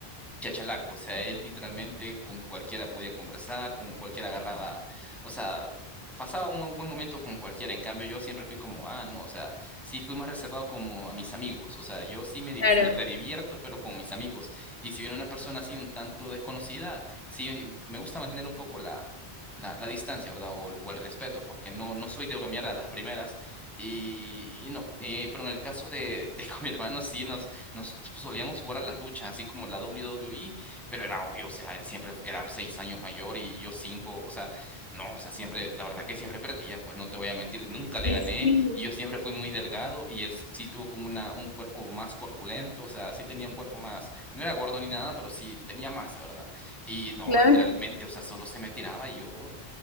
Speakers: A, in the centre; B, on the left.
A: chachalaco, o sea, él literalmente con cualquiera podía conversar, con cualquiera agarraba, o sea, pasaba un buen buen momento con cualquiera, en cambio yo siempre fui como, ah, no, o sea, sí fui más reservado como a mis amigos, o sea, yo sí me, divi-
B: claro.
A: me redivierto, pero con mis amigos, y si viene una persona así un tanto desconocida, sí me gusta mantener un poco la... La, la distancia, ¿verdad? O, o el respeto, porque no, no soy de bromear a las primeras y, y no, eh, pero en el caso de, <laughs> de con mi hermano sí nos solíamos jugar a las luchas, así como la WWE, pero era obvio, o sea, él siempre fu- era seis años mayor y yo cinco, o sea, no, o sea, siempre, la verdad que siempre perdía, pues no te voy a mentir, nunca le
B: Y
A: gané
B: sí,
A: y yo siempre fui muy delgado y él s- sí tuvo como una, un cuerpo más corpulento, o sea, sí tenía un cuerpo más, no era gordo ni nada, pero sí tenía masa, ¿verdad? Y no,
B: claro.
A: literalmente, o sea, solo se me tiraba y yo